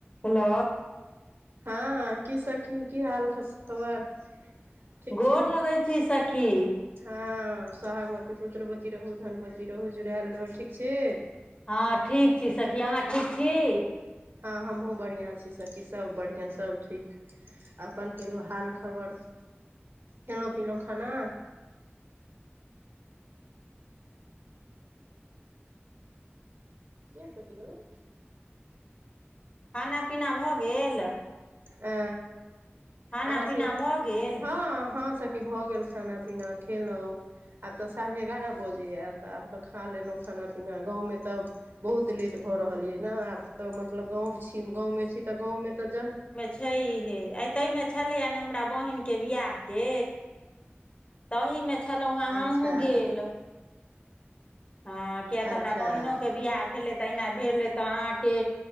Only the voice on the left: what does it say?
हेलो।
गोर
लगैत छी सखी।
हँ ठीक छी सखी अहाँ ठीक छी।
खाना पीना भऽ गेल।
खाना
पीना भऽ गेल
छै हे आ ताहिमे छलैय ने हमरा बहिनके बिआह। के तहीमे छलहुँ हेँ
हमहहुँ गेल। हँ किएक तऽ हमरा
बहीनोके बियाह भेलै तहिना भेलै तऽ अहाँके